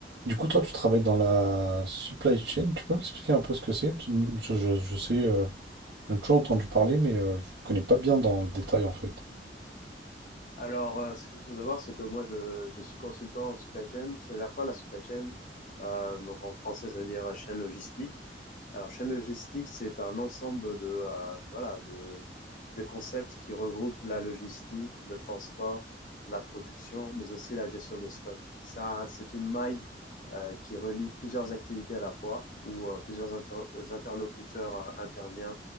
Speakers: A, on the right; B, on the left.
A: Du coup, toi, tu travailles dans la supply chain. Tu peux m'expliquer un peu ce que c'est? Parce que Je, je- je sais, euh, j'en ai toujours entendu parler, mais euh, je connais pas bien dans le détail en fait.
B: Alors, euh, ce qu'il faut savoir, c'est que moi, je, je suis consultant en supply chain. Ça veut dire quoi la supply chain Euh, Donc, en français, ça veut dire euh, chaîne logistique. Alors, chaîne logistique, c'est un ensemble de, euh, voilà, de, de concepts qui regroupent la logistique, le transport, la production, mais aussi la gestion de stock. Ça, c'est une maille euh, qui relie plusieurs activités à la fois, où euh, plusieurs inter- interlocuteurs euh, interviennent